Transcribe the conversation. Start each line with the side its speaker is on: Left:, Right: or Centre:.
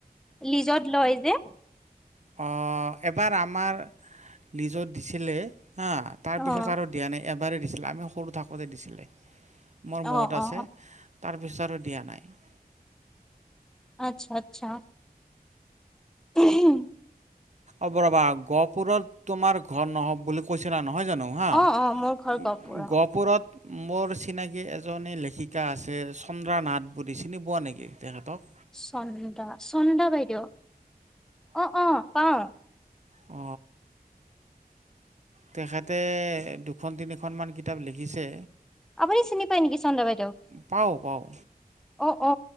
Centre: লিজত লয় যে।
Right: অ এবাৰ আমাৰ লিজত দিছিলে হা তাৰপিছত
Centre: অ',
Right: আৰু দিয়া নাই এবাৰেই দিছিলে আমি সৰু থাকোঁতে দিছিলে মোৰ
Centre: অ',
Right: মত
Centre: অ',
Right: আছে তাৰপিছত আৰু দিয়া নাই
Centre: আচ্ছা আচ্ছা উহু,
Right: অ'ব ৰবা গহপুৰত তোমাৰ ঘৰ নহব বুলি কৈছিলা। নহয় জানো হা
Centre: অ', অ', মোৰ ঘৰ
Right: গহপুৰত।
Centre: গহপুৰৰ।
Right: মোৰ চিনাকি এজনী লেখিকা আছে চন্দ্ৰা নাথ বুলি চিনি পোৱা নেকি তেখেতক।
Centre: চন্দা চন্দা বাইদেউ অ অ পাওঁ।
Right: অ। তেখেতে দুখন তিনিখন মান কিতাপ লিখিছে।
Centre: আপুনি চিনি পায় নেকি চন্দ্ৰ বাইদেউ।
Right: পাওঁ পাওঁ
Centre: অ অ